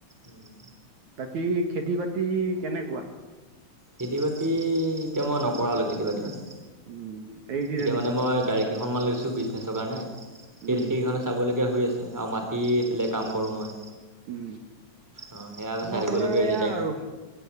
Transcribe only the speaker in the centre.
উম
খেতি বাতি এতিয়া মই নকৰালোঁ খেতি বাতি মানে,
এতিয়া
মানে মই গাড়ী কেইখনমান কৈছোঁ বিজনেছৰ কাৰণে সেই
সেইখনে চাবলগীয়া হৈ আছে আৰু মাতিফেলাই কাম কৰোঁ মই।
অ সেয়া আমি
চাই থাকিবলগীয়া
হৈছে এতিয়া